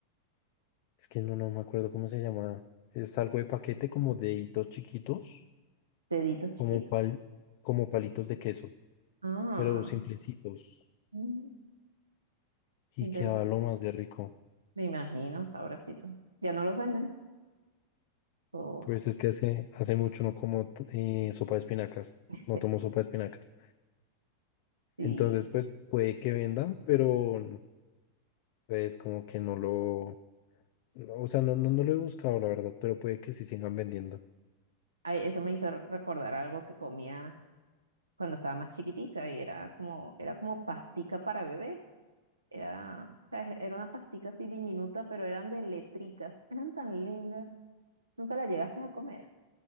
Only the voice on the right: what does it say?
deditos chiquitos.
Ah,
mm,
interesante.
Me imagino, sabrosito. ¿Ya no los venden? o
<laughs>
sí.
Ay, eso me hizo recordar algo que comía cuando estaba más chiquitica y era como, era como pastica para bebé. Era, ¿sabes? Era una pastica así diminuta, pero eran de letricas. Eran tan lindas. Nunca la llegaste a comer.